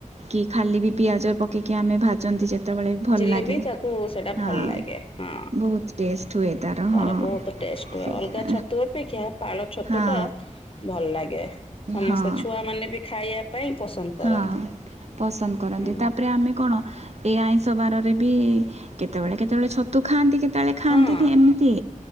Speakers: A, on the right; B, on the left.
A: କି ଖାଲି ବି ପିଆଜ ପକେଇକି ଭାଜନ୍ତି ଯେତେବେଳେ ଭଲ
B: ହେଲେବି
A: ଲାଗେ
B: ତାକୁ ସେଟା
A: ହଁ
B: ଭଲ ଲାଗେ। ହଁ।
A: ବହୁତ ଟେଷ୍ଟ ହୁଏ
B: ତାର
A: ହଁ
B: ବହୁତ ଟେଷ୍ଟ ହୁଏ,
A: ସେଇଟା
B: ଅଲଗା ଛତୁ ଅପେକ୍ଷା ପାଳ ଛତୁ
A: ହଁ
B: ଟା ଭଲ ଲାଗେ। ସମସ୍ତେ
A: ହଁ
B: ଛୁଆ ମାନେ ବି ଖାଇଆ ପାଇଁ ପସନ୍ଦ
A: ହଁ,
B: କରନ୍ତି।
A: ପସନ୍ଦ କରନ୍ତି।
B: ହୁଁ
A: ତାପରେ ଆମେ କଣ ଏଇ ଆଇଁଷ ବାରରେ ବି କେତେବେଳେ କେତେବେଳେ ଛତୁ ଖାଆନ୍ତି, କେତେବେଳେ ଖାଆନ୍ତିନି
B: ହଁ
A: ଏମିତି।